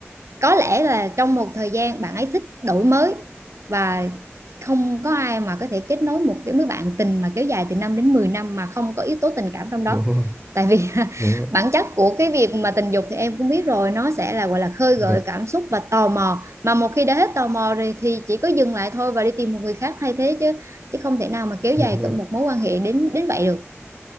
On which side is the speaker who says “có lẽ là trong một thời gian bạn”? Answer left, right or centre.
Right